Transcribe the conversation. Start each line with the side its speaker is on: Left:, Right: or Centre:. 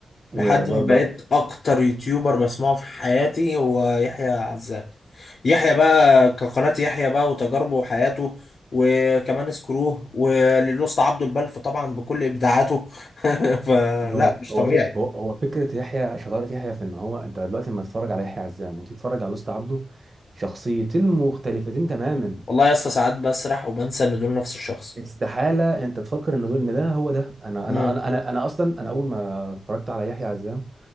Right: وبرضه
Left: لحد ما بقيت اكتر يوتيوبر بسمعه في حياتي هو يحيى عزام يحيى بقى كقناة يحيى بقى وتجاربه وحياته وكمان سكروه وللأسطى عبده البلف طبعا بكل إبداعاته <laughs> فلا
Right: هو
Left: مش
Right: هو
Left: طبيعي
Right: فك... هو هو فكره يحيى شطاره يحيى في ان هو انت دلوقتي لما تتفرج على يحيى عزام وتتفرج على لوست عبده شخصيتين مختلفتين تماما
Left: والله يا اسطى ساعات بسرح وبنسى إن دول نفس الشخص
Right: استحاله انت تفكر ان دول ان ده هو ده انا
Left: مم.
Right: انا انا انا, أنا اصلا انا اول ما اتفرجت على يحيى عزام